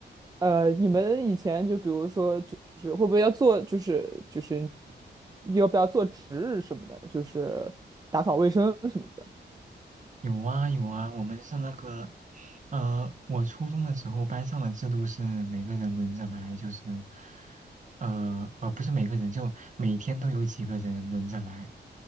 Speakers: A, on the right (about 20°); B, on the right (about 45°).
A: 呃，你们以前就比如说，就是会不会要做，就是就是要不要做值日什么的，就是打扫卫生什么的
B: 有啊有啊，我们是那个，呃，我初中的时候班上的制度是每个人轮着来，就是，呃呃，不是每个人，就每天都有几个人轮着来，